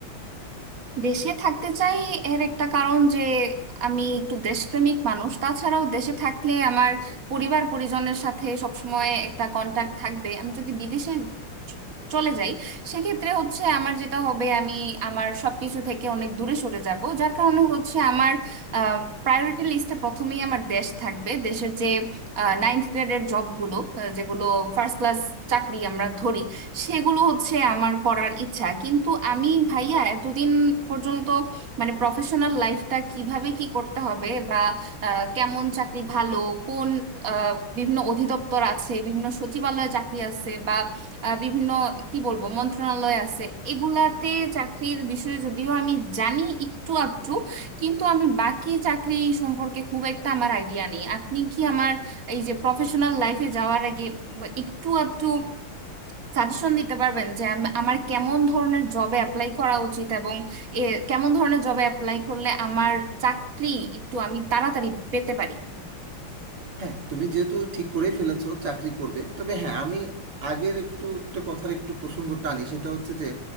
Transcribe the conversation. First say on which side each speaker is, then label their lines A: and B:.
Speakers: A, on the right (about 40°); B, on the right (about 75°).
A: দেশে থাকতে চাই এর একটা কারণ যে আমি একটু দেশপ্রেমিক মানুষ তাছাড়াও দেশে থাকলে আমার পরিবার পরিজনের সাথে সবসময় একটা কন্টাক্ট থাকবে আমি যদি বিদেশে চ- চলে যাই সেক্ষেত্রে হচ্ছে আমার যেটা হবে আমি আমার সবকিছু থেকে অনেক দূরে সরে যাব যার কারণে হচ্ছে আমার প্রায়োরিটি লিস্টে প্রথমেই আমার দেশ থাকবে দেশের যে নাইনথ গ্রেডের জবগুলো আহ, যেগুলো ফার্স্ট ক্লাস চাকরি আমরা ধরি সেগুলো হচ্ছে আমার করার ইচ্ছা কিন্তু আমি ভাইয়া এতদিন পর্যন্ত মানে প্রফেশনাল লাইফটা কিভাবে কি করতে হবে বা আহ, কেমন চাকরি ভালো কোন আহ, বিভিন্ন অধিদপ্তর আছে বিভিন্ন সচিবালয়ে চাকরি আছে বা আহ, বিভিন্ন কি বলবো মন্ত্রণালয় আছে এগুলাতে চাকরির বিষয়ে যদিও আমি জানি একটু আধটু কিন্তু আমি বাকি চাকরি সম্পর্কে খুব একটা আমার আইডিয়া নেই আপনি কি আমার এই যে প্রফেশনাল লাইফে যাওয়ার আগে বা একটু আধটু সাজেশন দিতে পারবেন যে আম- আমার কেমন ধরনের জবে অ্যাপ্লাই করা উচিত এবং এ, কেমন ধরনের জবে অ্যাপ্লাই করলে আমার চাকরি একটু আমি তাড়াতাড়ি পেতে পারি
B: হ্যাঁ তুমি যেহেতু ঠিক করেই ফেলেছো চাকরি করবে তবে হ্যাঁ আমি আগের একটু একটা কথার একটু প্রসঙ্গ টানি সেটা হচ্ছে যে